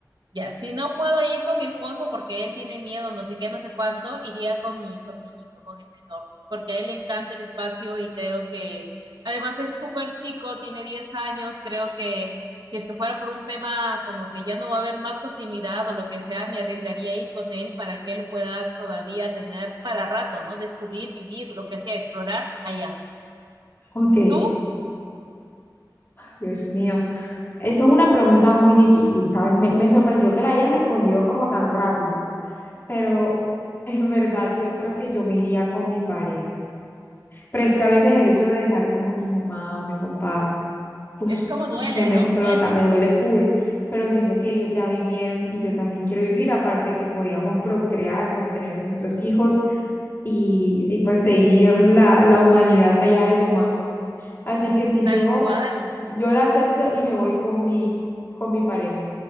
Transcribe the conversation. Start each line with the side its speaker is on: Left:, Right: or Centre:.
Right: ya, si no puedo ir con mi esposo porque él tiene miedo, no sé qué, no sé cuánto, iría con mi sobrinito, con el menor, porque a él le encanta el espacio y creo que, además es súper chico, tiene 10 años, creo que si es que fuera por un tema como que ya no va a haber más continuidad o lo que sea, me arriesgaría a ir con él para que él pueda todavía tener para rato, ¿no? Descubrir, vivir, lo que sea, explorar allá.
Left: Ok,
Right: ¿Tú?
Left: Dios mío. Esa es una pregunta muy difícil, ¿sabes? Me, me sorprendió que la hayas respondido como tan rápido. pero <laughs> en verdad yo creo que yo me iría con mi pareja. Pero es que a veces el hecho de dejar como a mi mamá o a mi papá, uf,
Right: Es como duele,
Left: se me
Right: ¿no?
Left: explota,
Right: Duele.
Left: me duele full, pero siento
Right: Sí,
Left: que ellos ya vivieron y yo también quiero vivir, aparte de que podíamos procrear, pues tener nuestros hijos y, y pues seguir la, la humanidad allá desde Marte. Así que si
Right: tal
Left: yo,
Right: cual.
Left: yo la acepto y me voy con mi, con mi pareja,